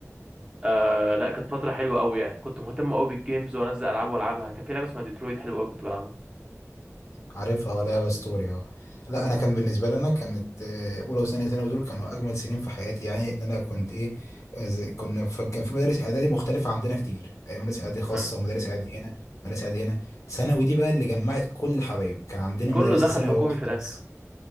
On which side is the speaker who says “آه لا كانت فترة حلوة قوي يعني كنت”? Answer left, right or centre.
Right